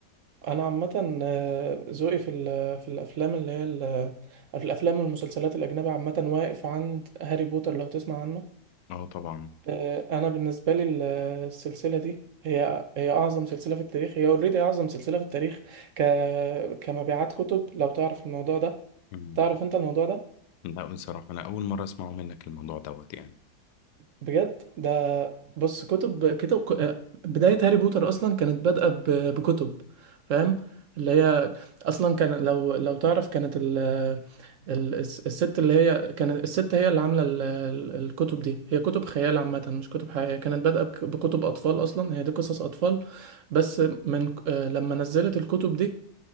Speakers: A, on the right; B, on the left.
A: انا عامه آه، ذوقي في ال- في الافلام اللي هي ال- آه، في الافلام والمسلسلات الاجنبيه عامه واقف عند هاري بوتر لو تسمع عنه
B: أه طبعا
A: آه، انا بالنسبه لي ال- السلسله دي هي هي اعظم سلسله في التاريخ هي اوريدي اعظم سلسله في التاريخ ك كمبيعات كتب لو تعرف الموضوع ده
B: مم.
A: تعرف انت الموضوع ده
B: لا بصراحة أنا أول مرة أسمعه منك الموضوع دوت يعني
A: بجد ده بص كتب كتب ك- آه، بداية هاري بوتر أصلا كانت بادئة ب- بكتب فاهم اللي هي أصلا كان لو لو تعرف كانت ال ال- الس- الست اللي هي كانت الست هي اللي عاملة ال- ال- الكتب دي هي كتب خيال عامة مش كتب حقيقية كانت بادئة بك- بكتب أطفال أصلا هي دي قصص أطفال بس من آه، لما نزلت الكتب دي